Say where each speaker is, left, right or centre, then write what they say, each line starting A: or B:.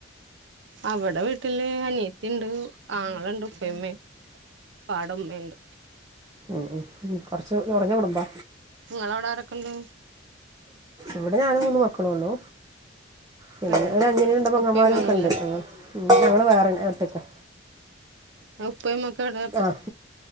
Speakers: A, on the right; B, on the right.
A: അവടെ വീട്ടില് അനിയത്തിണ്ട് ആങ്ങളണ്ട് ഉപ്പേം ഉമ്മേം ഉപ്പാടുമ്മേണ്ട്.
B: ഉം ഉം കുറച്ച് ഒരൊറഞ്ഞ കുടുമ്പാ.
A: നിങ്ങളവടെ ആരൊക്കെണ്ട്?
B: ഇവടെ ഞാനും മൂന്ന് മക്കളുള്ളു. പിന്നെ
A: ഏഹ്
B: ഒരു അനിയന് രണ്ട് പൊങ്ങമാരൊക്കെണ്ട്.
A: ഉപ്പയുമ്മയൊന്നുല്ലേ
B: ഞങ്ങള് വേറെന്നെ ഒറ്റക്കാ.
A: ആ ഉപ്പേം ഉമ്മെക്കെവിടെ?
B: ആഹ്